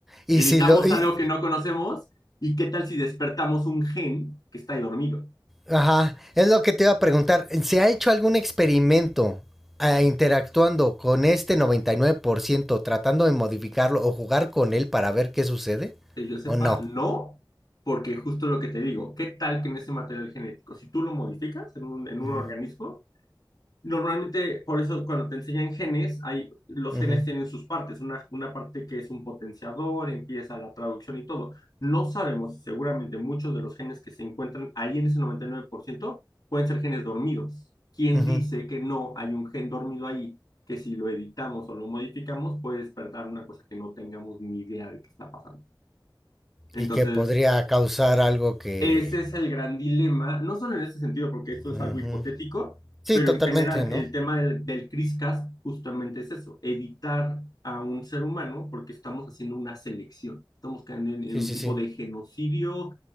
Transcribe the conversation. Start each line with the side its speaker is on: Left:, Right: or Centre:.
Centre: y
Left: Editamos
Centre: si lo... y-
Left: algo que no conocemos y qué tal si despertamos un gen que está ahí dormido.
Centre: ajá, es lo que te iba a preguntar. ¿Se ha hecho algún experimento ah, interactuando con este 99% tratando de modificarlo o jugar con él para ver qué sucede?
Left: Que yo sepa,
Centre: ¿O no?
Left: no, porque justo lo que te digo, ¿qué tal que en ese material genético, si tú lo modificas en un, en
Centre: Ujú,
Left: un organismo, Normalmente, por eso cuando te enseñan genes, hay, los
Centre: ujú,
Left: genes tienen sus partes, una, una parte que es un potenciador, empieza la traducción y todo. No sabemos, seguramente muchos de los genes que se encuentran ahí en ese 99% pueden ser genes dormidos. ¿Quién
Centre: ujú.
Left: dice que no hay un gen dormido ahí que si lo editamos o lo modificamos puede despertar una cosa que no tengamos ni idea de qué está pasando? Entonces,
Centre: Y que podría causar algo que...
Left: ese es el gran dilema, no solo en ese sentido, porque esto es
Centre: ujú.
Left: algo hipotético,
Centre: Sí,
Left: pero
Centre: totalmente,
Left: en general
Centre: ¿no?
Left: el tema del, del CRISCAS justamente es eso, editar a un ser humano porque estamos haciendo una selección, estamos cayendo en, en
Centre: Sí,
Left: un
Centre: sí,
Left: tipo
Centre: sí.
Left: de genocidio